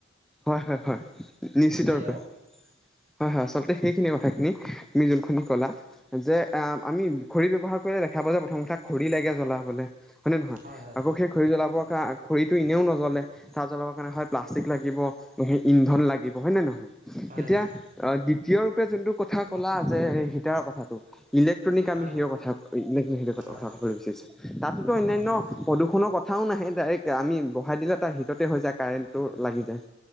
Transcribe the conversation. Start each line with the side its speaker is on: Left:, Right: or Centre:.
Centre: হয়-হয়-হয় নিশ্চিত ৰূপে
Right: আৰু
Centre: হয়-হয় আচলতে সেই সেই কথাখিনি তুমি যোন খিনি ক'লা যে আমি খৰি ব্যৱহাৰ কৰিলে দেখা পালে প্ৰথম কথা খৰি ফ্ৰি লেকে চলা বোলে। হয়নে নহয়
Right: হয় হয়
Centre: আকৌ সেই খৰি জ্বলাবৰ কাৰ খৰিটো এনেও নজ্বলে তাত জ্বলাবৰ কাৰণে হয় প্লাষ্টিক লাগিব। সেই ইন্ধন লাগিব হয়নে নহয়।
Right: হয়
Centre: এতিয়া
Right: হয়
Centre: দ্বিতীয় ৰূপে যোনটো কথা ক'লা যে হিটাৰৰ কথাটো ইলেক্ট্ৰনিক কাপ
Right: হয়
Centre: আ কথা
Right: হয়
Centre: কথা
Right: হয় হয় হয়
Centre: ক'বলৈ বিচাৰিছো তাতোতো অন্যান্য
Right: উম
Centre: প্ৰদূষণৰ কথাও নাহে। ডাইৰেক্ট আমি বহাই দিলে তাৰ হিটতে হৈ যায়, কাৰেণ্টটো লাগি যায়।